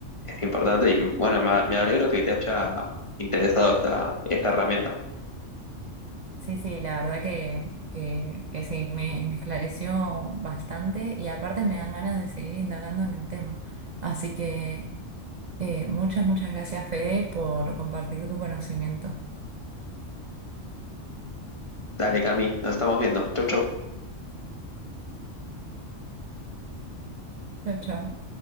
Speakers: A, on the left; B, on the right.
A: importante y bueno, me, me alegro que te haya interesado esta, esta herramienta.
B: Sí, sí, la verdad que, que, que sí, me, me esclareció bastante y aparte me dan ganas de seguir indagando en el tema. Así que eh, muchas, muchas gracias, Fede, por compartir tu conocimiento.
A: Dale, Cami, nos estamos viendo. Chau, chau.
B: Chao, chao.